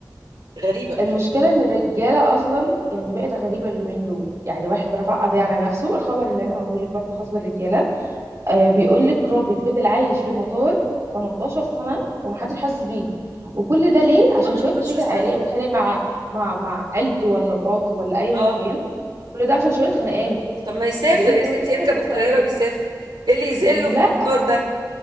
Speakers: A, on the right (about 80°); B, on the right (about 45°).
A: غريبة
B: المشكلة إن الرجالة أصلا يعني بقت غريبة اليومين دول يعني واحد رفع قضية على نفسه الخبر اللي أنا هقوله لك برضه خاص بالرجالة آه بيقول لك راجل فضل عايش في المطار 18 سنة ومحدش حاسس بيه وكل ده ليه عشان
A: 18
B: شوية مشاكل عائلية
A: سنة
B: متخانق مع مع مع عيلته ولا مراته ولا أيا
A: اه
B: كان كل ده عشان شوية خناقات
A: طب ما يسافر
B: بيقول
A: يا
B: لك كمان
A: ستي
B: مشاكل
A: يركب
B: أسرية
A: الطيارة ويسافر إيه اللي يذله
B: لا
A: في القطار ده